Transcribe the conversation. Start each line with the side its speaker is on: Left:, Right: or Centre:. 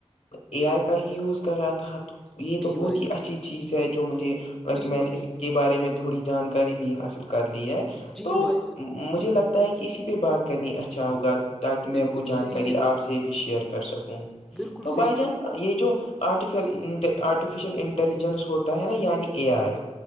Left: اے
Centre: جی
Left: آئی کا ہی یوز کر رہا تھا تو یہ تو
Centre: جی
Left: بہت
Centre: بھائی
Left: ہی
Centre: جان
Left: اچھی چیز ہے جو مجھے لائک
Centre: جی
Left: میں
Centre: بھائی
Left: نے اس کے بارے میں تھوڑی جانکاری بھی حاصل کر لی ہے
Centre: جی
Left: تو
Centre: بھائی
Left: مجھے لگتا ہے کہ اسی پہ بات کرنی اچھا ہوگا
Centre: جان
Left: تاکہ میں
Centre: بالکل
Left: بوچھ
Centre: صحیح
Left: جکاری
Centre: ہے
Left: آپ سے بھی شیئر کر سکوں
Centre: بالکل
Left: تو بائی
Centre: صحیح
Left: یہ جو آرٹی آرٹیفیشل انٹیلیجنس ہوتا ہے نا یعنی اے آئی